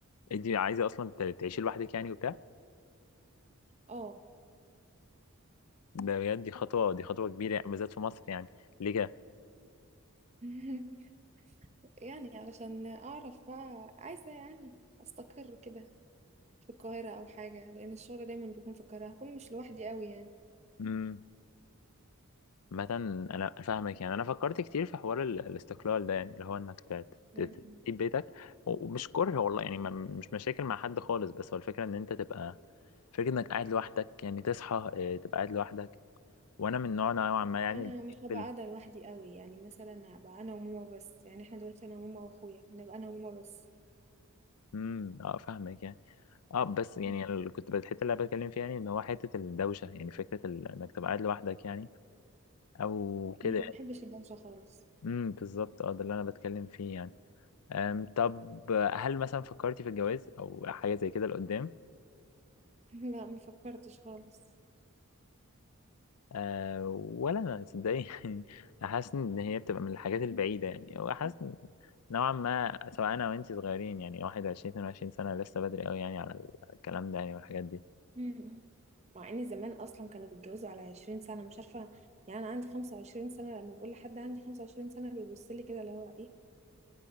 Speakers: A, on the left; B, on the right.
A: انت عايزه اصلا ت- تعيشي لوحدك يعني وبتاع
B: اه
A: ده بجد دي خطوه دي خطوه كبيره يعني بالذات في مصر يعني ليه كده
B: <laughs> يعني علشان اعرف بقى عايزه يعني استقر كده في القاهره او حاجه لان الشغل دايما بيكون في القاهره هكون مش لوحدي قوي
A: امم مثلا انا فاهمك يعني انا فكرت كتير في حوار ال- الاستقلال ده يعني اللي هو انك ت-
B: يعني
A: ت- ت- تسيب بيتك و- ومش كره والله يعني ما- مش مشاكل مع حد خالص بس هو الفكره ان انت تبقى فكره انك قاعد لوحدك يعني تصحى آه، تبقى قاعد لوحدك وانا من نوع نوعا ما يعني
B: انا
A: اللي
B: مش
A: بيحب
B: هبقى
A: ال-
B: قاعده لوحدي قوي يعني مثلا هبقى انا وماما بس يعني احنا دلوقتي انا وماما واخويا نبقى انا وماما بس
A: امم اه فاهمك يعني اه بس يعني
B: مم.
A: اللي كنت الحته اللي انا بتكلم فيها يعني ان هو حته الدوشه يعني فكره ال- انك تبقى قاعد لوحدك يعني او كده
B: انا ما
A: يعني
B: بحبش الدوشه خالص
A: امم بالظبط اه ده اللي انا بتكلم فيه يعني أم طب آه، هل مثلا فكرتي في الجواز او حاجه زي كده لقدام
B: <laughs> لا ما فكرتش خالص
A: أه ولا انا تصدقي <laughs> يعني حاسس ان هي بتبقى من الحاجات البعيده يعني او حاسس إن نوعا ما سواء انا وانتي صغيرين يعني 21 22 سنه لسه بدري قوي يعني على الكلام ده يعني والحاجات دي
B: مم. مع ان زمان اصلا كانوا بيتجوزوا على 20 سنه مش عارفه يعني انا عندي 25 سنه لما بقول لحد عندي 25 سنه بيبص لي كده اللي هو ايه